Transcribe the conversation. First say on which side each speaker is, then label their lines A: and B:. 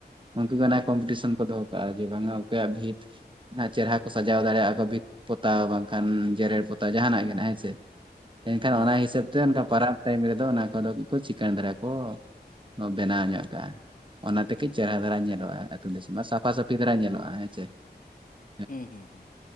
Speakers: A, on the right; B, on the left.
A: ᱩᱱᱠᱩ ᱜᱮ ᱚᱱᱟ ᱠᱚᱢᱯᱤᱴᱤᱥᱚᱱ ᱠᱚ ᱫᱚᱦᱚ ᱠᱟᱜᱼᱟ ᱡᱮ ᱵᱟᱝᱟ ᱚᱠᱚᱭᱟᱜ ᱵᱷᱤᱛ ᱚᱱᱟ ᱪᱮᱦᱨᱟ ᱠᱚ ᱥᱟᱡᱟᱣ ᱫᱟᱲᱮᱭᱟᱜᱼᱟ ᱵᱷᱤᱛ ᱯᱚᱛᱟᱣ ᱵᱟᱝ᱾ ᱠᱷᱟᱱ ᱡᱮᱨᱮᱲ ᱯᱚᱛᱟᱣ ᱡᱟᱦᱟᱱᱟᱜ ᱜᱮ ᱦᱮᱸ ᱥᱮ ᱮᱱᱠᱷᱟᱱ
B: ᱦᱳᱭ
A: ᱚᱱᱟ ᱦᱤᱥᱟᱹᱵᱽ ᱚᱱᱠᱟ ᱯᱟᱨᱟᱵᱽ ᱴᱟᱭᱤᱢ ᱨᱮᱫᱚ ᱚᱱᱟ ᱠᱚᱫᱚ ᱪᱤᱠᱟᱲ ᱫᱷᱟᱨᱟ ᱠᱚ ᱵᱮᱱᱟᱣ ᱧᱚᱜ ᱠᱟᱜᱼᱟ᱾ ᱚᱱᱟᱛᱮ ᱠᱤ ᱪᱮᱦᱨᱟ
B: ᱦᱳᱭ
A: ᱫᱷᱟᱨᱟ ᱧᱮᱞᱚᱜᱼᱟ ᱟᱹᱛᱩ ᱫᱤᱥᱚᱢ ᱟᱨ ᱥᱟᱯᱷᱟ ᱥᱟᱹᱯᱷᱤ ᱫᱷᱟᱨᱟ ᱧᱮᱞᱚᱜᱼᱟ ᱦᱮᱸᱥᱮ ᱪᱮ᱾
B: ᱦᱩᱸ ᱦᱩᱸ᱾